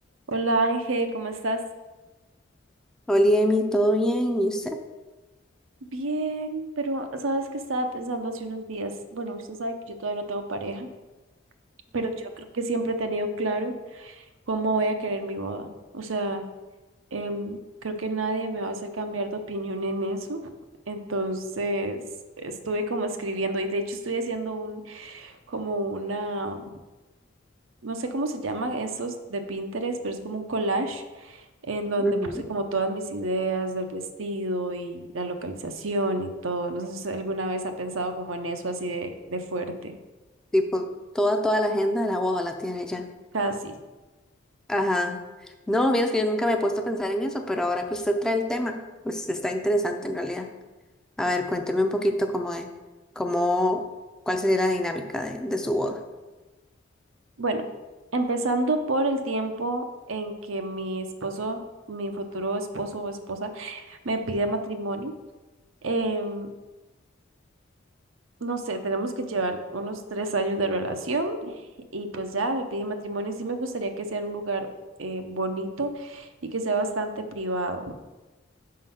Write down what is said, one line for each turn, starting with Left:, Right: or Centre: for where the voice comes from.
Right: Hola Ángel, ¿cómo estás?
Centre: Oli, Emi, ¿todo bien? ¿Y usted?
Right: Bien, pero sabes que estaba pensando hace unos días. Bueno, usted sabe que yo todavía no tengo pareja, pero yo creo que siempre he tenido claro cómo voy a querer mi boda. O sea, em, creo que nadie me va a hacer cambiar de opinión en eso. Entonces, estuve como escribiendo y de hecho estoy haciendo un, como una, no sé cómo se llama esos de Pinterest, pero es como un collage en donde
Centre: Ujú,
Right: puse
Centre: ujú.
Right: como todas mis ideas del vestido y la localización y todo. No sé si alguna vez ha pensado como en eso así de, de fuerte.
Centre: Tipo, toda, toda la agenda de la boda la tiene ya.
Right: Casi.
Centre: Ajá. No, mira, es que yo nunca me he puesto a pensar en eso, pero ahora que usted trae el tema, pues está interesante en realidad. A ver, cuénteme un poquito cómo de, cómo, cuál sería la dinámica de, de su boda.
Right: Bueno, empezando por el tiempo en que mi esposo, mi futuro esposo o esposa, me pide matrimonio. em, no sé, tenemos que llevar unos tres años de relación y pues ya me pide matrimonio y sí me gustaría que sea en un lugar eh, bonito y que sea bastante privado. O